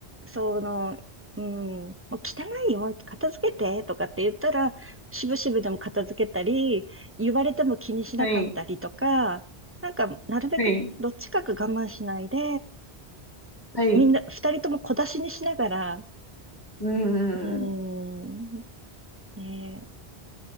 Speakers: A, on the right; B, on the left.
A: その、うん、もう汚いよ、片付けてとかって言ったら、しぶしぶでも片付けたり、言われても気にしなかったりとか、
B: はい。
A: なんか、なるべくどっちかく我慢しないで、
B: はい。はい。
A: みんな、二人とも小出しにしながら、
B: うん。
A: うん、
B: うん
A: ねえ、